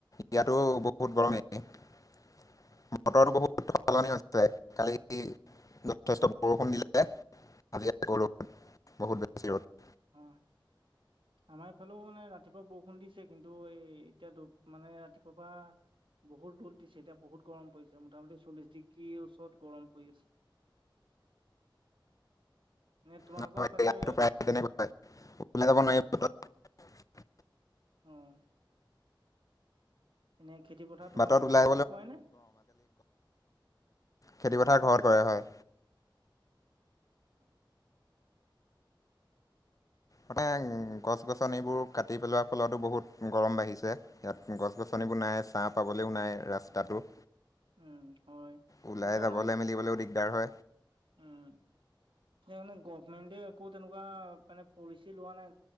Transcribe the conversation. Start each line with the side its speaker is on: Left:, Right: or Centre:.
Left: ইয়াতো বহুত গৰম মটৰো বহুত সলনি
Right: অ
Left: হৈছে কালি <unintelligible> যথেষ্ট বৰষুণ দিলে, আজি আকৌ ৰদ বহুত বেছি ৰদ
Right: অ' আমাৰ এইফালেও মানে ৰাতিপুৱা বৰষুণ দিছে, কিন্তু এই এতিয়া মানে ৰাতিপুৱাৰ পৰা বহুত ৰ'দ ছে এতিয়া বহুত গৰম পৰিছে। মোটামুটি চল্লিশ ডিগ্ৰীৰ ওচৰত গৰম পৰি আছে। এ তোমালোকৰ
Left: নহয়
Right: সেইফালে
Left: ইয়াতো <unintelligible>
Right: অ' এনে খেতি পথাৰ তোমালোকৰ
Left: বাটত ওলাই
Right: ঘৰতে কৰে নে?
Left: খেতিপথাৰ ঘৰত কৰে হয়।
Right: হয়।
Left: মানে গছ-গছনিবোৰ কাটি পেলোৱাৰ ফলতো বহুত গৰম বাঢ়িছে। ইয়াত গছ গছনি নাই। চাহ পাবলৈও নাই ৰাস্তাটো।
Right: উ, হয়
Left: ওলাই
Right: তেনেকুৱা
Left: যাবলৈ
Right: মানে
Left: মেলিবলৈও দিগদাৰ হয়
Right: উম, সেই মানে গভমেন্টে একো তেনেকুৱা মানে পলিচি লোৱা নাই,